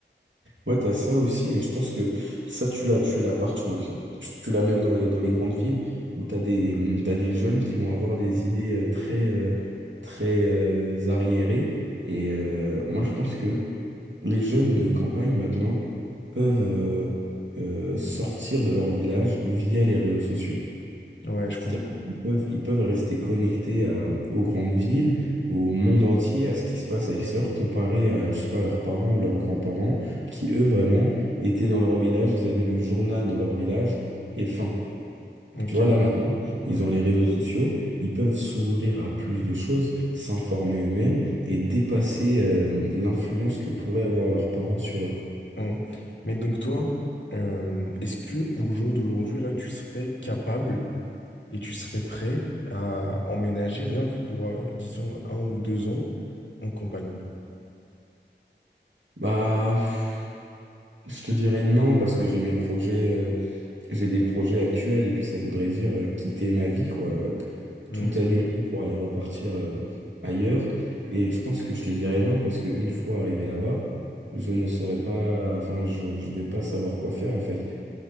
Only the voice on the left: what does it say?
Mm.
Ouais, je
comprends.
Ok,
ouais.
Mm. Mais donc toi, euh, est-ce que au jour d'aujourd'hui, là, tu serais capable et tu serais prêt à emménager rien que pour, euh, disons, un ou deux ans en campagne.
Hmm.